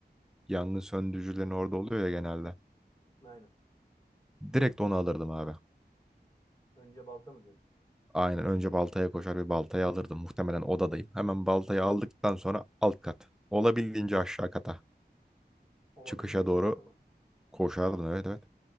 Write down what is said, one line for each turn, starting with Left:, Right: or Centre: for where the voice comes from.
Centre: yangın söndürücülerin orada oluyor ya genelde.
Left: aynen.
Centre: Direkt onu alırdım abi.
Left: Önce balta mı diyorsun?
Centre: Aynen önce baltaya koşar bir baltayı alırdım. Muhtemelen odadayım. Hemen baltayı aldıktan sonra alt kat. Olabildiğince aşağı kata.
Left: Olabildiğince
Centre: Çıkışa
Left: aşağı
Centre: doğru
Left: kata mı?
Centre: koşardım. Evet evet.